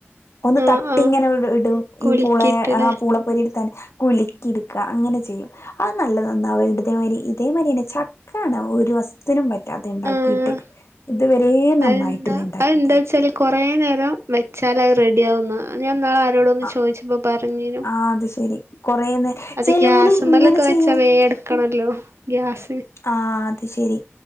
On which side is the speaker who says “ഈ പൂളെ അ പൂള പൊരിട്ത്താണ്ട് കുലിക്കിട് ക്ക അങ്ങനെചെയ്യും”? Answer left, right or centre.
Left